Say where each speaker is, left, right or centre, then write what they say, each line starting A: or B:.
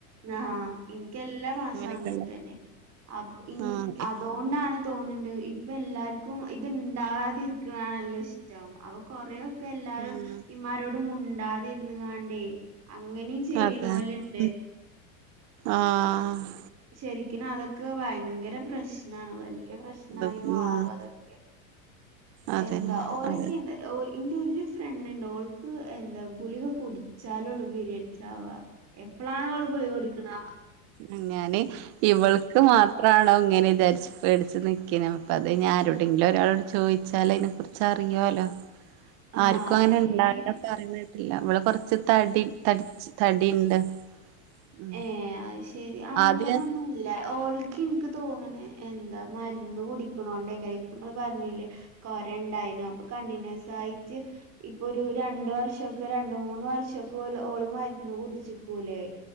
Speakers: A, on the right; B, on the right.
A: ആഹ് ഇനിക്കെല്ലാമാസോം
B: അങ്ങനെയൊക്കെള്ള
A: അങ്ങൻ തെന്നെ അപൊ ഇൻ
B: ആഹ്
A: അത് അതോണ്ടാണ് തോന്ന്ണ്ട് ഇപ്പേല്ലാർക്കും ഇത്ണ്ടാകാതരിക്കണാണല്ലോ ഇഷ്ട റ്റം അപോകൊറേ ക്കെല്ലാരും
B: ഉം
A: ഇമ്മാരോട് മുണ്ടാതിന്ന് ങ്ങാൻടെയ് അങ്ങനിം ചെയ്യ്ണോല്ണ്ട്.
B: അതെ മം ആഹ്
A: ശരിക്കിനുതൊക്കെ വയങ്കര പ്രശ്നാണ് വല്ല്യേ പ്രശ്നമായി
B: ഇത്
A: മാറും
B: ഉം
A: അതൊക്കെ
B: അതന്നെ
A: എന്താ ഓലൊക്കെന്താ
B: അതെ
A: ഓ ഇന്റൊരു ഫ്രണ്ട് ണ്ട് ഓൾക്ക് എന്താ ഗുളിക കുടിച്ചാലൊള്ളൂ പീരിഡ്സാവാ എപ്പളാണോള് ഗുളികുടിക്കുണ് ആ
B: അങ്ങനി ഇവൾക്കു മാ ണോ ഇങ്ങനെചാരിച്ചു പേടിച്ച് നിക്കെനി പ്പത് ഞാരോടെങ്കിലോരാളോട് ചോയ്ച്ചാല് അയിനെ കുറി ചർങ്ങ്യയോല
A: ആഹ്
B: ആര്ക്കുങ്ങനെ
A: ഏഹ്
B: ഇണ്ടാക്ണ പറീണേട്ടില്ല ഇവള് കൊറച്ച് തടി തടിച്ച് തടിണ്ട്. ഉം
A: ഏഹ് അത് ശെരി അങ്ങനൊന്നു
B: ആദ്യം
A: ഇല്ല ഓൾക്ക് ഇൻക്ക് തോന്ന്ണേ എന്താ മരുന്ന് കുടിക്കണോണ്ടേക്കാരം ഇപ്പ ങ്ങള് പറഞ്ഞില്ലേ. കൊര ണ്ടായിനൊ അപ്പൊ കണ്ടിന്യൂസായിട്ട് ഇപ്പൊരു രണ്ട് വർഷൊക്കെ രണ്ട്, മൂന്ന് വർഷൊക്കെ ഓള് ഓള് മര്ന്ന് കുടിച്ചികൂലെ.